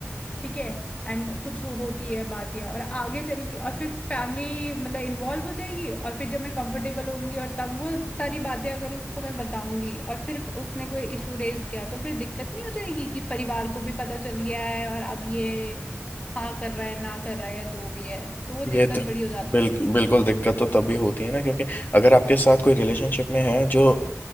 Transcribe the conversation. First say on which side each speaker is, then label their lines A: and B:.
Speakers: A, on the left; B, on the left.
A: ठीक है एंड कुछ हो, होती है बात या और आगे चल के और फिर फैमिली मतलब इन्वॉल्व हो जाएगी और फिर जब मैं कंफर्टेबल होंगी और तब वो सारी बातें अगर उसको मैं बताऊंगी और फिर उसने कोई इशू रेज किया तो फिर दिक्कत नहीं हो जाएगी कि परिवार को भी पता चल गया है और अब ये हाँ कर रहा है ना कर रहा है या जो भी है तो वो
B: ये
A: दिक्कत
B: तो
A: बड़ी हो जाती
B: बिल्कुल
A: है
B: बिल्कुल दिक्कत तो तभी होती है ना क्योंकि अगर आपके साथ कोई रिलेशनशिप में है जो